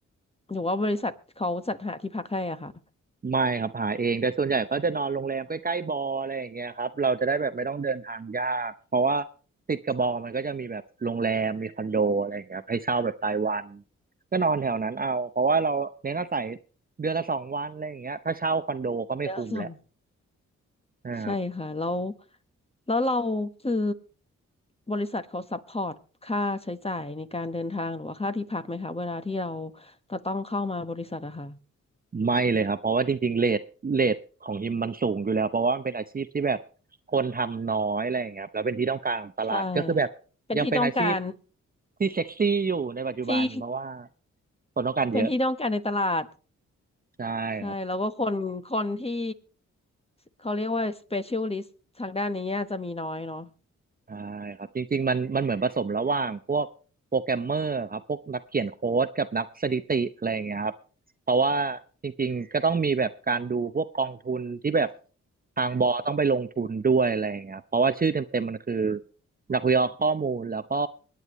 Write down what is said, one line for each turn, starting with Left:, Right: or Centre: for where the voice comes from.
Left: หรือว่าบริษัทเขาจัดหาที่พักให้อ่ะค่ะ
Right: ไม่ครับหาเองแต่ส่วนใหญ่ก็จะนอนโรงแรมใกล้ๆบออะไรอย่างเงี้ยครับเราจะได้แบบไม่ต้องเดินทางยากเพราะว่าติดกับบอมันก็จะมีแบบโรงแรมมีคอนโดอะไรอย่างเงี้ยครับให้เช่าแบบรายวันก็นอนแถวนั้นเอาเพราะว่าเราเน้นอาศัยเดือนละสองวันอะไรอย่างเงี้ยถ้าเช่าคอนโดก็ไม่คุ้มแล้ว
Left: เดีวสอง
Right: นะครับ
Left: ใช่ค่ะแล้วแล้วเราคือบริษัทเขาซัพพอร์ตค่าใช้จ่ายในการเดินทางหรือว่าค่าที่พักไหมคะเวลาที่เราจะต้องเข้ามาบริษัทอะค่ะ
Right: ไม่เลยครับเพราะว่าจริงๆเรทเรทของฮิมมันสูงอยู่แล้วเพราะว่ามันเป็นอาชีพที่แบบคนทำน้อยอะไรอย่างเงี้ยครับแล้วเป็นที่ต้องการของตลาดก็คือแบบยังเป็นอาชีพ
Left: ใช่เป็นที่ต้องการ
Right: ที่เซ็กซี่อยู่ในปัจจุบันเพราะว่า
Left: ที่
Right: คนต้องการเยอะ
Left: เป็นที่ต้องการในตลาด
Right: ใช่ครับ
Left: ใช่แล้วก็คนคนที่เขาเรียกว่า specialist ทางด้านนี้จะมีน้อยเนาะ
Right: ใช่ครับจริงๆมันมันเหมือนผสมระหว่างพวกโปรแกรมเมอร์ครับพวกนักเขียนโค้ดกับนักสถิติอะไรอย่างเงี้ยครับเพราะว่าจริงๆก็ต้องมีแบบการดูพวกกองทุนที่แบบทางบอต้องไปลงทุนด้วยอะไรอย่างเงี้ยครับเพราะว่าชื่อเต็มๆมันคือนักวิเคราะห์ข้อมูลแล้วก็